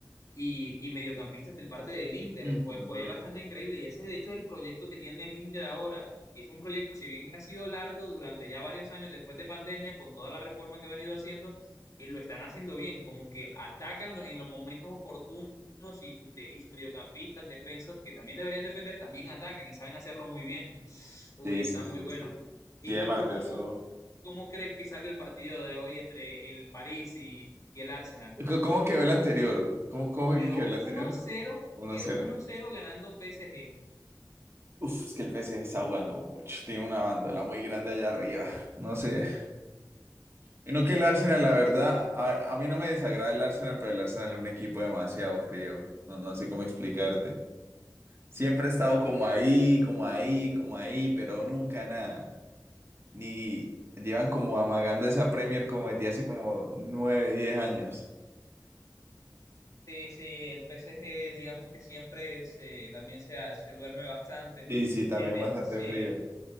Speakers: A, on the left; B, on the right.
A: y, y mediocampistas del parte del Inter.
B: Mm,
A: Fue,
B: me
A: fue
B: pucha.
A: bastante increíble y ese de hecho es el proyecto que tiene el Inter ahora. Es un proyecto, si bien ha sido largo durante ya varios años después de pandemia, con toda la reforma que ha venido haciendo, eh, lo están haciendo bien, como que atacan lo- en los momentos oportunos unos y, sus de- y sus mediocampistas, defensas que también deberían defender, también atacan y saben hacerlo muy bien. Uy,
B: Sí,
A: está
B: sí,
A: muy
B: sí,
A: bueno.
B: sí. Sí,
A: ¿Y,
B: aparte
A: y tú cómo,
B: de eso.
A: cómo crees que salga el partido de hoy entre el París y, y el Arsenal?
B: C- ¿Cómo quedó el anterior? ¿Cómo, cómo fue
A: Quedó
B: que quedó el anterior?
A: 1-0,
B: uno
A: quedó
B: a cero
A: 1-0 ganando PSG.
B: Uf, es que el PSG está jugando mucho. Tiene una bandola muy grande allá arriba. No sé. Y no que el Arsenal, la verdad, a, a mí no me desagrada el Arsenal, pero el Arsenal es un equipo demasiado frío. No, no sé cómo explicarte. Siempre he estado
A: Ah,
B: como ahí, como ahí, como ahí, pero nunca nada. Ni llevan como amagando esa Premier como desde hace como nueve, diez años.
A: sí, sí, el PSG digamos que siempre se, también se, se duerme bastante.
B: Sí, sí, también
A: Eh, de-
B: bastante
A: sí,
B: frío.